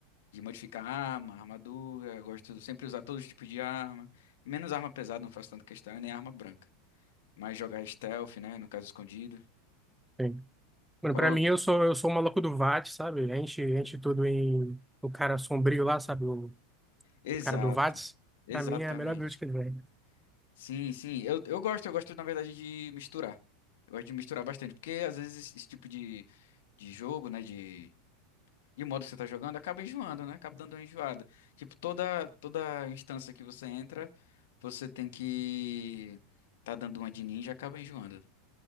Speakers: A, on the left; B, in the centre.
A: de modificar arma, armadura, gosto de sempre usar todos os tipos de arma, menos arma pesada, não faço tanta questão, e nem arma branca, mas jogar stealth, né, no caso escondido.
B: sim. Mano,
A: Qual?
B: pra mim, eu sou, eu sou o maluco do VATS, sabe? Enche, enche tudo em. O cara sombrio lá, sabe? O
A: Exato.
B: cara do VATS.
A: Exatamente.
B: Pra mim é a melhor build que ele vem.
A: Sim, sim, eu, eu gosto, eu gosto na verdade de misturar. Eu gosto de misturar bastante, porque às vezes esse esse tipo de, de jogo, né, de e o modo que você tá jogando acaba enjoando, né? Acaba dando uma enjoada. Tipo, toda toda instância que você entra, você tem que tá dando uma de ninja, acaba enjoando.